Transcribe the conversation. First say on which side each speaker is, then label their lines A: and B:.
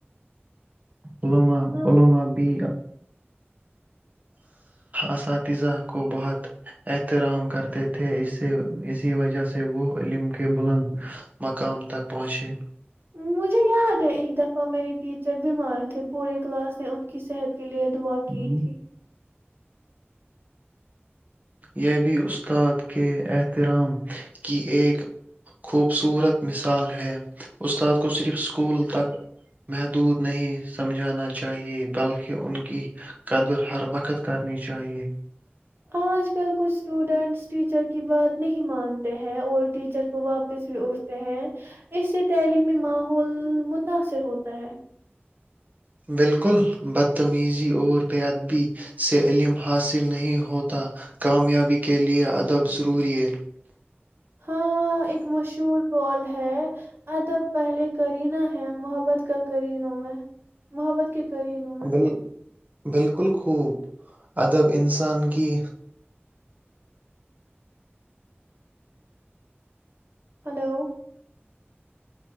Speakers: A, on the right; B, on the right.
A: عوما
B: ہاں
A: علوما بی اساتذہ کو بہت احترام کرتے تھے اس سے اسی وجہ سے وہ علم کے بلند مقام تک پہنچے
B: مجھے یاد ہے ایک دفعہ میری ٹیچر بیمار تھے پورے کلاس نے ان کی صحت کے لیے دعا کی
A: ہوں،
B: تھی
A: یہ بھی استاد کے احترام کی ایک خوبصورت مثال ہے استاد کو صرف اسکول تک محدود نہیں سمجھانا چاہیے بلکہ ان کی قدر ہر وقت کرنی چاہیے
B: آج کل کچھ اسٹوڈینٹس ٹیچر کی بات نہیں مانتے ہیں اور ٹیچر وہ واپس بھی اٹھتے ہیں اس سے تعلیمی ماحول متاثر ہوتا ہے
A: بالکل بدتمیزی اور بے ادبی سے علم حاصل نہیں ہوتا کامیابی کے لے ادب ضروری ہے
B: ہاں ایک مشہور کال ہے ادب پہلے کرینہ ہے محبت کا کرینوں میں محبت کے کرینوں میں
A: بال بالکل خوب ادب انسان کی
B: hello